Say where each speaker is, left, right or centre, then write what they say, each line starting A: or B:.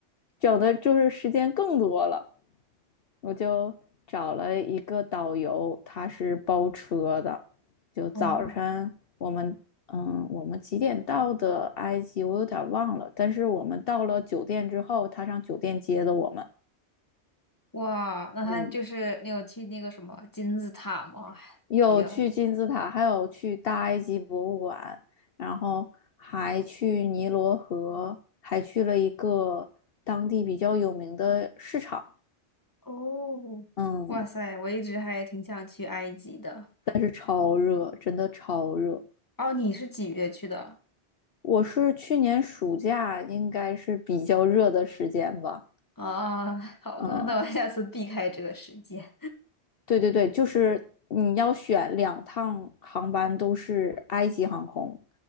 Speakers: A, on the left; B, on the left.
A: 整的就是时间更多了。我就找了一个导游，他是包车的，就早晨我们嗯，
B: 哦，
A: 我们几点到的埃及，我有点忘了。但是我们到了酒店之后，他上酒店接的我们。
B: 哇，那他就是你有去那个什么金字塔吗？
A: 嗯。
B: 还比较，
A: 有去金字塔，还有去大埃及博物馆，然后还去尼罗河，还去了一个当地比较有名的市场。
B: 哦，
A: 嗯，
B: 哇塞，我一直还挺想去埃及的。
A: 但是超热，真的超热。
B: 哦，你是几月去的？
A: 我是去年暑假，应该是比较热的时间吧。
B: 啊，好的，
A: 嗯，
B: 那我下次避开这个时间。
A: 对对对，就是你要选两趟航班都是埃及航空，